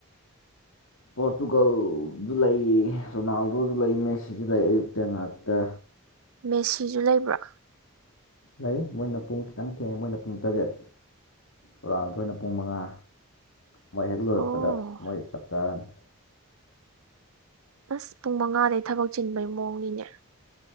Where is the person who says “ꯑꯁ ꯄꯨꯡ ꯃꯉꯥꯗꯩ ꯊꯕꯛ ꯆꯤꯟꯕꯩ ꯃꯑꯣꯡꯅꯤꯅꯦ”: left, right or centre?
Right